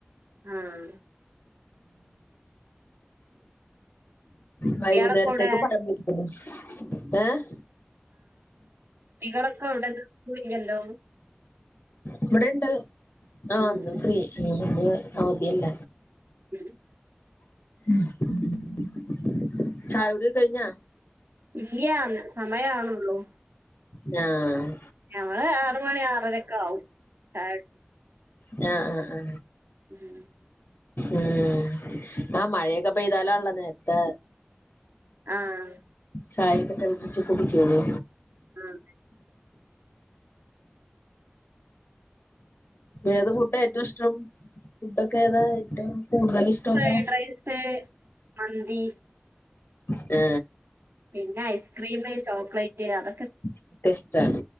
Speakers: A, on the right; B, on the left.
A: ആഹ് കുട്ടികളൊക്കെ
B: വൈകുന്നേരത്തേക്ക്
A: എവിടെ
B: പഴം പൊരിക്കുന്നു ഏഹ്
A: ട്ടികളൊക്കെ എവ്ടെ ഇന്ന് സ്കൂളില്ലല്ലോ
B: ഇവടെ ഇണ്ട് ആഹ്
A: ഉം
B: ന്ന് ഫ്രീ ഇന്ന് അവധി അല്ല
A: <inaudible>
B: <inaudible> ചായകുടി കഴിഞ്ഞാ
A: ഇല്ല്യാന്ന് സമയാണൊള്ളോ
B: ഞാഹ്
A: ഞങ്ങള് ആറ് മണി ആറരെക്കാവും ചായ
B: ഞ ആ ആ
A: ഉം
B: ഉം ആ മഴയക്കെ പെയ്താലാള്ള നേരത്തേ
A: ആഹ്
B: ചായൊക്കെ തെളപ്പിച്ച് കുടിക്കൂളൂ
A: ആഹ്
B: ഏത് ഫുഡാ ഏറ്റം ഇഷ്ടം ഫുഡൊക്കെ താ ഏറ്റവും കൂടുതൽ ഇഷ്ടൊക്ക
A: ഫ്രൈഡ് റൈസ് മന്തി
B: ഏ
A: പിന്നെ ഐസ്ക്രീംമ് ചോക്ലേറ്റ് അത
B: <unintelligible> ഷ്ടാണ്